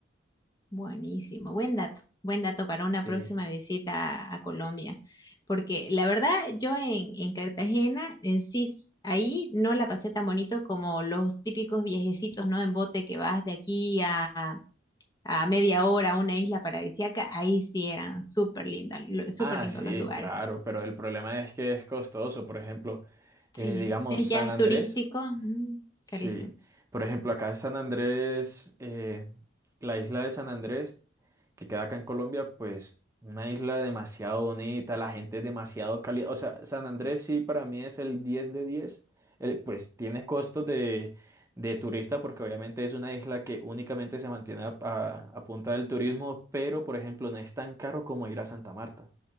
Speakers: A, on the left (about 20°); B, on the right (about 15°).
A: Buenísimo. Buen dato. Buen dato para una
B: Sí.
A: próxima visita a, a Colombia. Porque la verdad, yo en, en Cartagena, en sí, ahí no la pasé tan bonito como los típicos viajecitos, ¿no? En bote que vas de aquí a, a a media hora a una isla paradisíaca. Ahí sí eran súper lindas, lo- súper
B: Ah,
A: lindos
B: sí,
A: los lugares.
B: claro, pero el problema es que es costoso. Por ejemplo,
A: Sí.
B: eh, digamos
A: eh,
B: San
A: Ya es
B: Andrés.
A: turístico. mm,
B: Sí.
A: Carísimo.
B: Por ejemplo, acá en San Andrés, eh, la isla de San Andrés que queda acá en Colombia, pues una isla demasiado bonita, la gente es demasiado cálida. O sea, San Andrés sí para mí es el 10 de diez, El- pues tiene costos de, de turista porque obviamente es una isla que únicamente se mantiene a, a- a punta del turismo, pero por ejemplo no es tan caro como ir a Santa Marta.